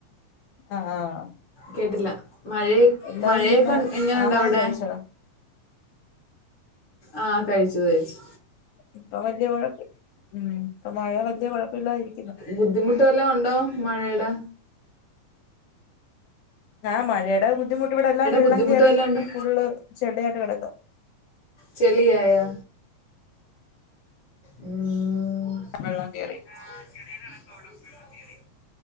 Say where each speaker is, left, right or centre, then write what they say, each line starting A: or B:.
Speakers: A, on the left (about 80°); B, on the left (about 45°).
A: ആഹ് ആഹ്
B: കേട്ടില്ല മയെയ
A: എല്ലാരും
B: മഴയൊക്കെ
A: പിന്നെ
B: എങ്ങനെണ്ട
A: ആഹാരം
B: അവിടെ
A: കഴിച്ചോ
B: ആഹ് കഴിച്ചു കഴിച്ചു
A: ഇപ്പ വല്യ കുഴപ്പ ഉം ഇപ്പ മഴ വല്യ കുഴപ്പമില്ലാതിരി
B: ബുദ്ധിമുട്ട് വല്ലോം ഒണ്ടോ മഴയേടെ
A: ആഹ് മഴേടെ ബുദ്ധിമുട്ട് ഇവിടെ എല്ലാം വെള്ളം
B: ബുദ്ധിമുട്ട്
A: കേറി
B: വല്ലതും ഉണ്ടോ
A: ഫുള്ള് ചെളിയായിട്ട് കെടക്കാ
B: ചെളി ആയാ ഉം
A: വെള്ളം കേറി
B: ആഹ് ചെളിയായി കെടക്ക ഇവ്ടെ വെള്ളം കേറി